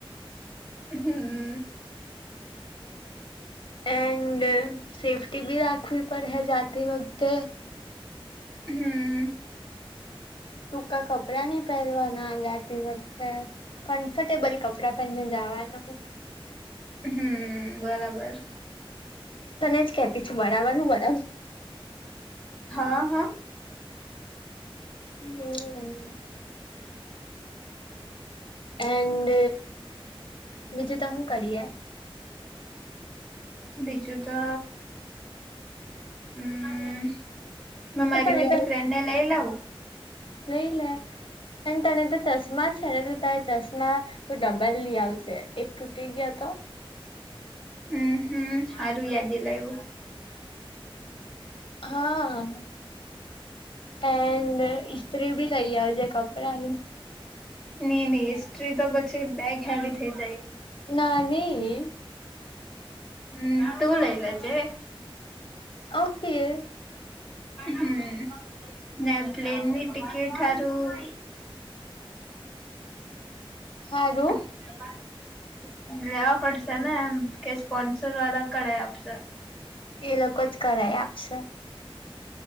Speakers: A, in the centre; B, on the left.
A: હમ્મ.
B: એન્ડ સેફ્ટી બી રાખવી પડે, હે જાતે વખતે.
A: હમ્મ.
B: ટૂકા કપડાં નની પહેરવાના જાતી વખતે. કમ્ફર્ટેબલ કપડા પને જવાનું.
A: હમ્મ, બરાબર.
B: તને જ કેતી છું, બરાબર હું બરાબર.
A: હા, હા.
B: હમ્મ. એન્ડ બીજું તો હું કરીએ.
A: બીજું તો. હમ, મે મારી
B: એ તને
A: બીજી
B: તો
A: ફ્રેન્ડ ને લઈ લઉં.
B: લઈ લે, એ તને તો ચશ્મા છે ને, તો ત ચશ્મા તો ડબલ લ આવશે, એક તૂટી ગયો તો.
A: હમ્મ, હમ્મ, સારું યાદ દિલા એવું.
B: હા. એડ ઇસ્ત્રી ભી લઇ, આ જે કપડા
A: નઈ નહી, સ્ટ્રી તો પછી બેગ હેવી થઈ જાય.
B: નાની.
A: હમ્મ, તું લઈ લજે.
B: ઓકે.
A: હમ્મ ને પ્લેનની ટિકિટ હારું
B: <inaudible> સારું
A: <inaudible> લેવા પડશે ને એમ કે સ્પોન્સર વાળા કડાઇ આપશે?
B: એ લોકો જ કરાઈ આપશે